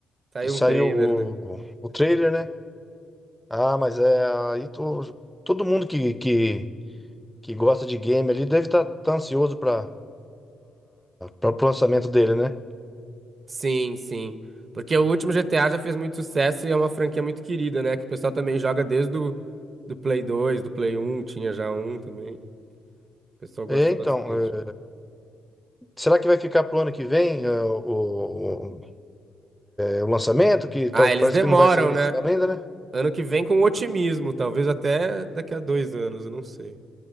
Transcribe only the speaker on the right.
Saiu
um trailer,
né?
Sim, sim. Porque o último GTA já fez muito sucesso e é uma franquia muito querida, né? Que o pessoal também joga desde o do Play 2 do Play um tinha já um também. O pessoal gosta
bastante.
Ah,
eles
demoram,
né?
Ano que vem com otimismo, talvez até daqui a dois anos, eu não sei.